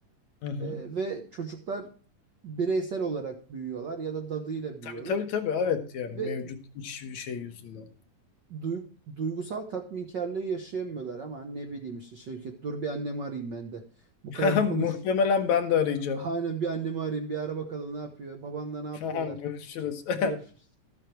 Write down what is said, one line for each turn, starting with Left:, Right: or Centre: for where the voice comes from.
Left: Hı hı.
Right: Ee, ve çocuklar bireysel olarak büyüyorlar ya da dadıyla büyüyorlar
Left: Tabii tabii tabii evet yani
Right: ve
Left: mevcut iş şey yüzünden.
Right: duy- duygusal tatminkarlığı yaşayamıyorlar ama ne bileyim işte Şevket dur bir annemi arayayım ben de. Bu
Left: <laughs>
Right: kadar konuş.
Left: Muhtemelen ben de arayacağım.
Right: Hani bir annemi arayayım bir ara bakalım ne yapıyor. Babanla ne yapıyorlar.
Left: Tamam görüşürüz. <laughs>
Right: Görüşürüz.